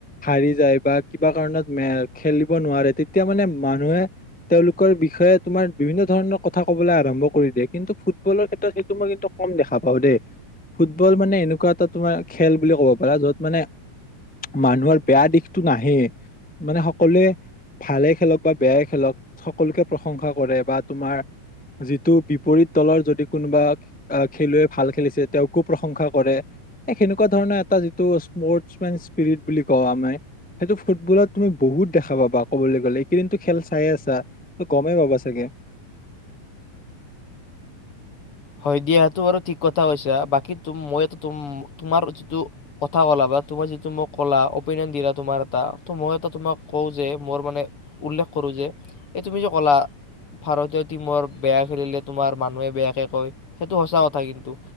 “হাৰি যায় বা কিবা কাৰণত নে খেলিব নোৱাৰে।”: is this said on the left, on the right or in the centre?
Centre